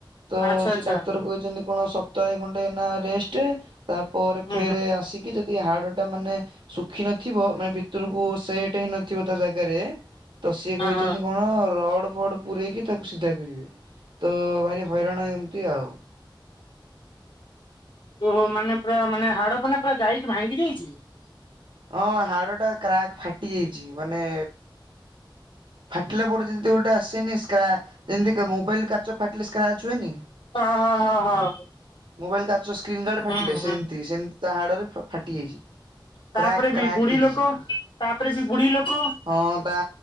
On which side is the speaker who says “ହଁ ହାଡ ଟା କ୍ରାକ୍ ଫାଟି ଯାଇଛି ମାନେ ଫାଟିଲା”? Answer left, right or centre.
Right